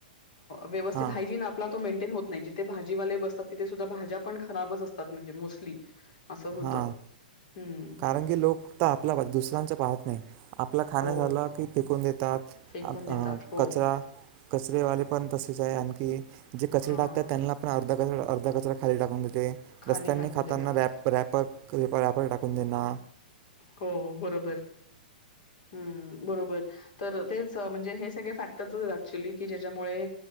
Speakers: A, on the left; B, on the right.
A: व्यवस्थित
B: हां
A: हायजिन आपला तो मेंटेन मेंटेन होत नाही जिथे भाजीवाले बसतात तिथे सुद्धा भाज्या पण खराब असतात मोस्टली. असं होतं.
B: हा
A: हं.
B: कारण की लोक फक्त आपला पाहतात दुसऱ्यांच पाहत नाही. आपल खाण
A: हो.
B: झाल की फेकून देतात
A: फेकून देतात. हो.
B: कचरा. कचरेवाले पण तसेच आहे आणखी जे कचरी
A: हां.
B: टाकतात त्यांना आपण अर्धा अर्ध कचरा खा टाकून
A: खाली
B: रस्त्यांनी
A: टाकून
B: खाता
A: देतात.
B: ना र पर टाकून देना
A: हो बरोबर हम् बरोबर तर तेच म्हणजे हे सगळे फॅक्टर ऍक्च्युअली की ज्याच्यामुळे